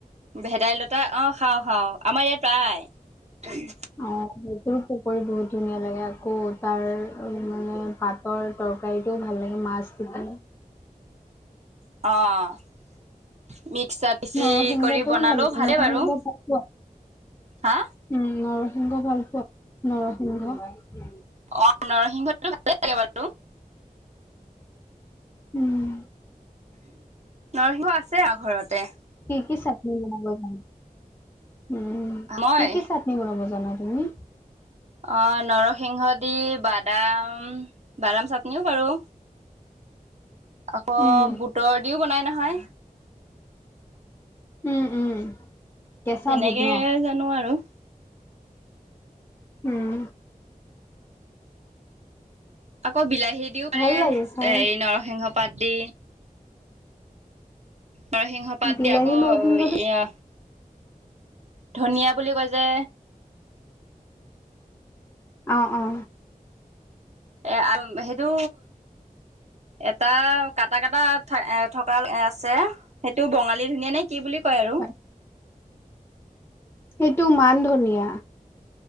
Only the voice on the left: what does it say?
অ সেটোৰো পুকুৰী বহুত ধুনীয়া লাগে আকৌ তাৰ মানে পাত তৰ তৰকাৰীটোও ভাল লাগে মাছ দি পেনে
নৰসিংহটোও
ভাল লাগে
নৰসিংহ
ভাল পোৱা?
উম নৰসিংহ ভাল পোৱা নৰসিংহ
উম
কি কি চাটনি বনাব জানা উম
কি কি চাট নি বনাব জানা তুমি
উম,
উম উম কেঁচা
বুট ন?
উম
ভাল লাগে খাই।
বিলাহী
নৰসিংহ
দি
অ অ
হয়। সেইটো মান ধনীয়া